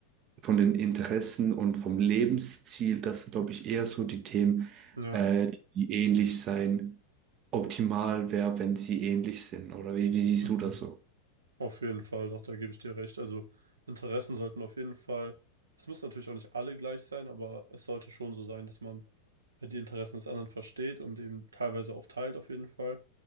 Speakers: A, on the right; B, on the right.
A: von den Interessen und vom Lebensziel, das sind, glaube ich, eher so die Themen,
B: Ja.
A: äh, die ähnlich sein. Optimal wäre, wenn sie ähnlich sind. Oder wie, wie siehst
B: Mhm.
A: du das so?
B: Auf jeden Fall, doch, da gebe ich dir recht. Also Interessen sollten auf jeden Fall, es müssen natürlich auch nicht alle gleich sein, aber es sollte schon so sein, dass man die Interessen des anderen versteht und eben teilweise auch teilt auf jeden Fall.